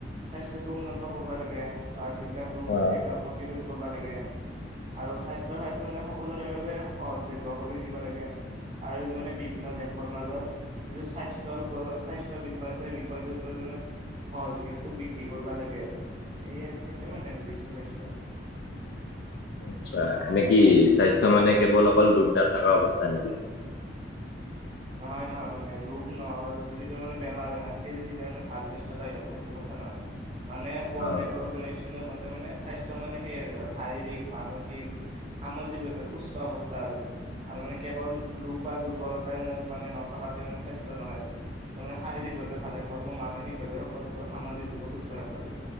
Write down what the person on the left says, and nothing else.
অ
<inaudible> আচ্ছা এনে কি স্বাস্থ্য মানে কেৱল অকল ৰোগ নাথকা অৱস্থা নেকি?
অ